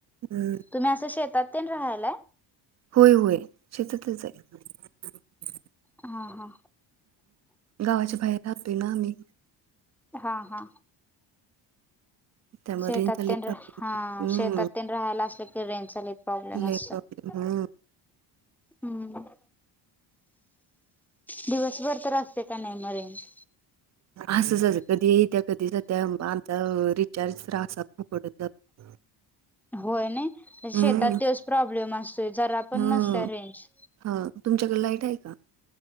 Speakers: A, on the right; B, in the centre.
A: हम्म
B: तुम्ही असं शेतात ते राहायलाय
A: होय होय शेततच आहे
B: हा हा
A: गावाच्या बाहेर राह नाम्ही
B: हा हा
A: त्यामुळे
B: शेततन
A: रेंजचा लय प्रॉब्लेम
B: हा शेतत
A: हम्म
B: राहायला असले की रेन चा प्रॉब्लेम
A: लय
B: असत
A: प्रॉब्लेम हम्म
B: हम् दिवसभर तर असते का नाही मगं रेंज?
A: असचं कधी येत्या कधी जात्या आमचा रिचार्ज तरं असा फुकटच जातो.
B: होय नाही शेतात
A: हम्म
B: तेच प्रॉब्लेम असतोय जरा पण
A: हम्म
B: नसत्या रेंज.
A: हा, तुमच्याकडे लाईट आहे का?